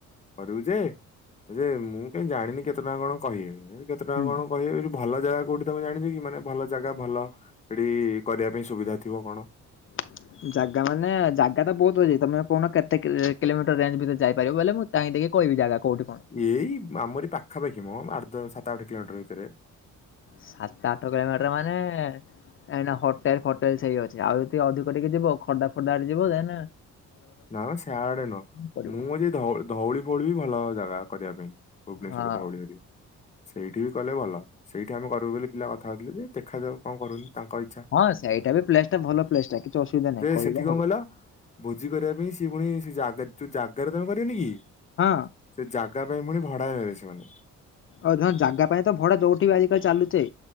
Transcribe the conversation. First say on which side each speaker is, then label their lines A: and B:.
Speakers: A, on the left; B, on the left.
A: କରିବୁ ଯେ ଯେ ମୁଁ କାଇ ଜାଣିନି କେତେ ଟଙ୍କା କଣ କହିବେ କେତେ ଟଙ୍କା
B: ହୁଁ
A: କଣ କହିବେ। ଭଲ ଜାଗା କୋଉଠି ତମେ ଜାଣିଛ କି, ମାନେ ଭଲ ଜାଗା ଭଲ ସେଠି କରିବା ପାଇଁ ସୁବିଧା ଥିବ କଣ।
B: <inaudible> ଜାଗା ମାନେ ଜାଗା ତ ବହୁତ ଅଛି ତମେ କହୁନ କେତେ କିଲୋମିଟର ରେଞ୍ଜ ଭିତରେ ଯାଇପାରିବ ବୋଲି ମୁ କାଇଁ ଟିକେ କହିବି ଜାଗା କଉଠି କଣ?
A: ଏଇ ଆମରି ପାଖାପାଖି ମ ଆଠ ଦ ସାତ ଆଠ କିଲୋମିଟର ଭିତରେ।
B: ସାତ ଆଠ କିଲୋମିଟର ମାନେ କାଇଁ ନା ହୋଟେଲ୍ ଫୋଟେଲ୍ ସେଇ ଅଛି ଆଉ ଯଦି ଅଧିକ ଟିକେ ଯିବ ଖୋର୍ଦ୍ଧା ଫୋର୍ଡା ଆଡେ ଯିବ ଯାଇନା।
A: ନା ମ ଶାଆଡେ ନୁହଁ
B: ପଡିବ
A: ମୁଁ ଧୋଉଲୀ ଧଉଳି ଫଉଳି ବି ଭଲ ଜାଗା କରିବା ପାଇଁ ଭୁବନେଶ୍ଵର
B: ହଁ
A: ଧଉଳିରେ। ସେଇଠି ବି କଲେ ଭଲ ସେଇଠି ଆମେ କରିବୁ ବୋଲି ପିଲା କଥା ହଉଥିଲେ ଯେ ଦେଖାଯାଉ କଣ କରୁଛନ୍ତି ତାଙ୍କ ଇଚ୍ଛା।
B: ହଁ ସେଇଟା ବି ପ୍ଲେସ୍ ଟା ଭଲ ପ୍ଲେସ୍ ଟା କିଛି ଅସୁବିଧା ନାହିଁ
A: ଯେ
B: କହିଲେ
A: ସେଠି କଣ
B: ହବ।
A: କହିଲ ଭୋଜି କରିବା ପାଇଁ ସେ ପୁଣି ସେ ଯୋଉ ଜାଗାରେ ତମେ କରିବନି କି?
B: ହଁ।
A: ସେ ଜାଗା ପାଇଁ ପୁଣି ଭଡା ଦେବେ ସେମାନେ।
B: ଆଉ ତମେ ଜାଗା ପାଇଁ ତ ଭଡା ଯୋଉଠି ବି ଆଜିିକାଲି ଚାଲୁଛେ।